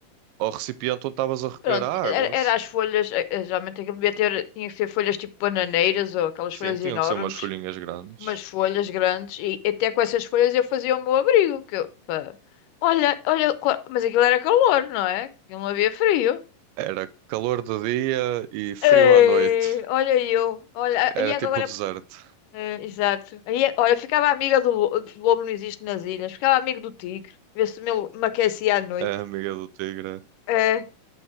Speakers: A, on the right (about 90°); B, on the left (about 80°).
A: ao recipiente onde estavas a recolher
B: Pronto,
A: a água.
B: era, era as folhas. eh, eh, Geralmente aquilo devia ter. Tinha que ser folhas tipo bananeiras ou aquelas
A: Sim,
B: folhas
A: tinham
B: enormes.
A: que ser umas folhinhas grandes.
B: Umas folhas grandes. E até com essas folhas eu fazia o meu abrigo. Que eu, pá. Olha, olha. qua- Mas aquilo era calor, não é? Aquilo não havia frio.
A: Era calor de dia e frio
B: Ei,
A: à noite.
B: olha eu. Olha,
A: Era
B: e agora.
A: tipo o deserto.
B: É, exato. Aí, é- olha, ficava amiga do, lo- do lobo, não existe nas ilhas. Ficava amigo do tigre, ver se me, me aquecia à noite.
A: A amiga do tigre.
B: É,